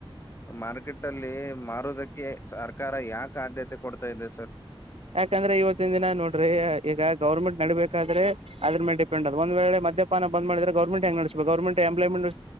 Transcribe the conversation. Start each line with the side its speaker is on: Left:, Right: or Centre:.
Left: ಮಾರ್ಕೆಟ್ ಅಲ್ಲಿ ಮಾರೋದಕ್ಕೆ ಸರ್ಕಾರ ಯಾಕ ಆದ್ಯತೆ ಕೊಡ್ತಾದೆ ಸರ್
Right: ಯಾಕಂದ್ರೆ ಇವತ್ತಿನ ದಿನ ನೋಡ್ರಿ ಈಗ ಗೌರ್ಮೆಂಟ್ ನಡಬೇಕಾದ್ರೆ ಅ್ರಲೆ ಡಿಪೆಂಡ್ ಅ ಒಂದ್ ವೇಳೆ ಮದ್ಯಪಾನ ಬಂದ ಮಾಡಿದೆ ಗೌಮಂ ಹೆಂಗ ನಸ್ ಗೌಮಂ ಎಂಪ್ಲಾಯ್ಮಂಟ್